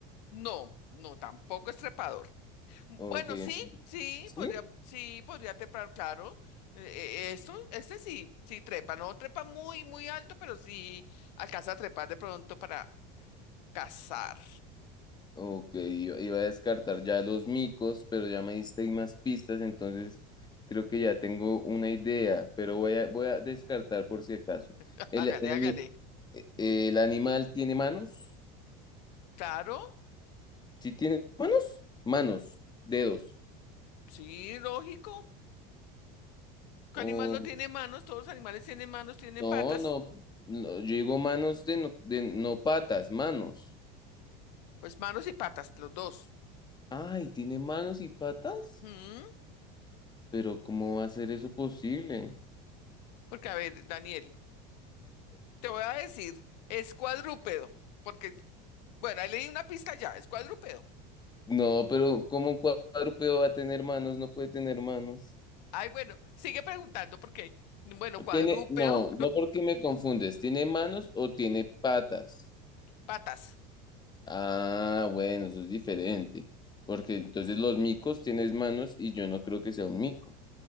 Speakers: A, on the left; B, on the left.
A: No, no, tampoco es trepador. Bueno,
B: Ok, ent-
A: sí, sí,
B: ¿sí?
A: podría, sí, podría trepar, claro. Eh, eh, esto, este sí, sí trepa, no trepa muy, muy alto, pero sí alcanza a trepar de pronto para cazar.
B: Ok, iba iba a descartar ya los micos, pero ya me diste ahí más pistas, entonces creo que ya tengo una idea, pero voy a, voy a descartar por si acaso.
A: <laughs>
B: ¿El,
A: Hágale,
B: el,
A: hágale.
B: ani- eh, el animal tiene manos?
A: Claro,
B: ¿Sí tiene manos? Manos, dedos.
A: sí, lógico. ¿Qué
B: O
A: animal no tiene manos? Todos los animales tienen manos, tienen
B: no,
A: patas.
B: no, no, yo digo manos de no, de no patas, manos.
A: Pues manos y patas, los dos.
B: Ay, ¿tiene manos y patas?
A: Mm,
B: Pero ¿cómo va a ser eso posible?
A: Porque, a ver, Daniel, te voy a decir, es cuadrúpedo, porque, bueno, ahí leí una pista ya, es cuadrúpedo.
B: No, pero ¿cómo un cuadrúpedo va a tener manos? No puede tener manos.
A: Ay, bueno, sigue preguntando porque, bueno, cuadrúpedo,
B: Tiene, no, no porque me confundes. ¿Tiene manos o tiene patas?
A: <laughs> patas.
B: Ah, bueno, eso es diferente. Porque entonces los micos tienes manos y yo no creo que sea un mico.